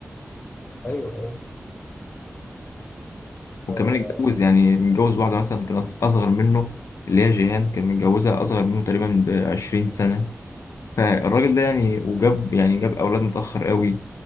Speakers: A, on the left; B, on the left.
A: ايوه ايوه ف-
B: وكمان اتجوز يعني متجوز واحدة مثلا كانت أصغر منه اللي هي جيهان كان متجوزها أصغر منه تقريبا بعشرين سنة فالراجل ده يعني وجاب يعني جاب أولاد متأخر أوي